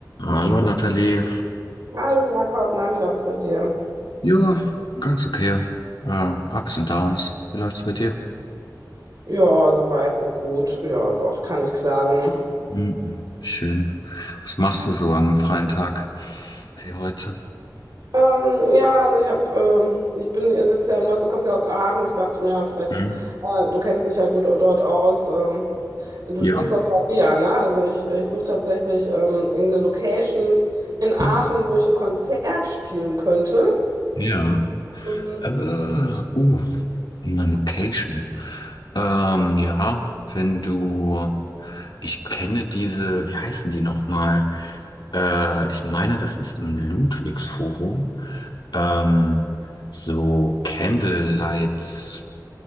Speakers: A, on the left; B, on the right.
A: Hallo Nathalie.
B: Hallo Jakob, na, wie läuft's bei dir?
A: Ja, ganz okay. Äh, Ups und Downs. Wie läuft's bei dir?
B: Ja, soweit, so gut. Ja, doch, kann ich klagen.
A: Mhm, schön. Was machst du so an einem freien Tag wie heute?
B: Ähm, ja, also ich habe, ähm, ich bin, ich sitze ja in Mörs, du kommst ja aus Aachen. Ich dachte mir, vielleicht,
A: Mhm.
B: äh, du kennst dich ja gut dort aus. Ähm, du
A: Ja.
B: spielst doch Klavier, ne? Also ich, ich suche tatsächlich ähm, irgendeine Location in Aachen,
A: Mhm.
B: wo ich ein Konzert spielen könnte.
A: Ja.
B: Ähm,
A: Äh, uh, eine Location. Ähm, ja, wenn du. Ich kenne diese, wie heißen die nochmal? Äh, ich meine, das ist im Ludwigsforum. Ähm, so Candlelight